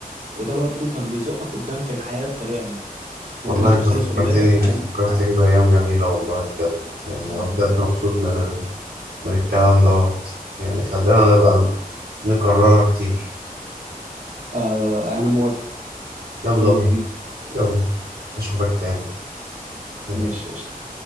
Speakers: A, on the right; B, on the right.
A: وده برضه كان بيزقك قدام في الحياة بطريقة ما ان انت
B: والله
A: كنت
B: انت
A: بتخلص
B: فكرتني
A: واجباتك عن-
B: فكرتني
A: ع-
B: بأيام جميلة والله بجد يعني
A: اه
B: أنا بجد
A: والله
B: مبسوط من ال... من الكلام دوت يعني خلينا نبقى نكررها كتير
A: آه انا موافق
B: يلا
A: يلا
B: بينا
A: بينا
B: يلا أشوفك تاني مم.
A: ماشي قشطة